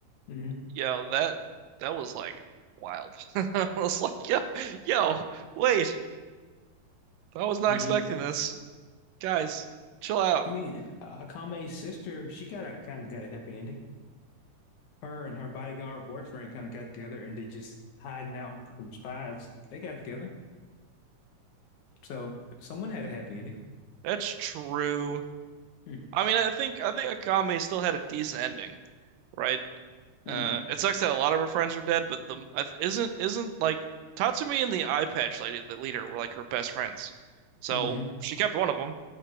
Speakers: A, on the left; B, on the right.
A: hmm
B: Yo, that that was like wild. <laughs> I was like, yo, yo, wait. I was not
A: Yeah.
B: expecting this. Guys, chill out.
A: I mean, uh, Akame's sister, she got a kind of got a happy ending. Her and her bodyguard boyfriend kind of got together and they just hiding out from spies. They got together. So someone had a happy ending.
B: That's true.
A: Hmm.
B: I mean, I think I think Akame still had a decent ending, right? Uh,
A: Mm-hmm.
B: it sucks that a lot of her friends are dead, but the I th- isn't isn't like Tatsumi and the eye patch lady, the leader, were like her best friends. So
A: Mm-hmm.
B: she kept one of them,